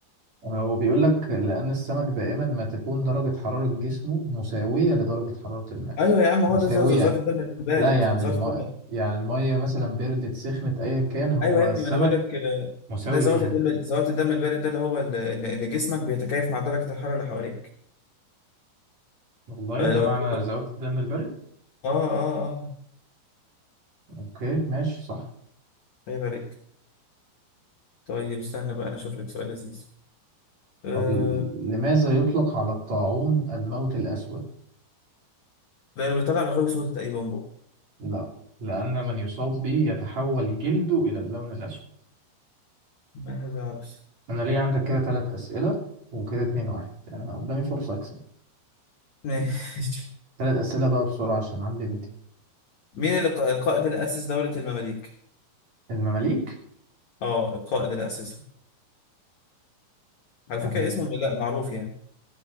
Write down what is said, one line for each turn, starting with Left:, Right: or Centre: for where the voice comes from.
Right: آه، هو بيقول لك لأن السمك دائما ما تكون درجة حرارة جسمه مساوية لدرجة حرارة الماء
Left: ايوه يا عم هو
Right: مساوية
Left: ده زو- زوات الدم البارد
Right: لا يعني
Left: زوات
Right: الم...
Left: الدم
Right: يعني المية مثلا بردت سخنت أيا كان هو
Left: ايوه يا ابني
Right: السمك
Left: ما انا بقول لك آه،
Right: مساوي
Left: ده زوات
Right: ليها
Left: الدم زوات الدم البارد ده اللي هو ال- ان إن جسمك بيتكيف مع درجه الحراره اللي حواليك
Right: والله
Left: فلو
Right: ده معنى
Left: <laughs>
Right: ذوات الدم البارد
Left: اه اه اه
Right: أوكي ماشي صح
Left: عيب عليك طيب استنى بقى انا اشوف لك سؤال لذيذ أه...
Right: طب ل- لماذا يطلق على الطاعون الموت الأسود؟
Left: لانه بيطلع رغاوي سودا تقريبا بقى
Right: لا لأن من يصاب به يتحول جلده إلى اللون الأسود
Left: ما هذا عبث
Right: أنا ليه عندك كده تلات أسئلة وكده اتنين واحد يعني أنا قدامي فرصة أكسب
Left: <laughs> ماشي
Right: تلات أسئلة بقى بسرعة عشان عندي ميتنج
Left: مين اللي ق- القائد اللي اسس دوله المماليك
Right: المماليك
Left: اه القائد اللي اسسها على فكره
Right: أنا
Left: اسمه لا معروف يعني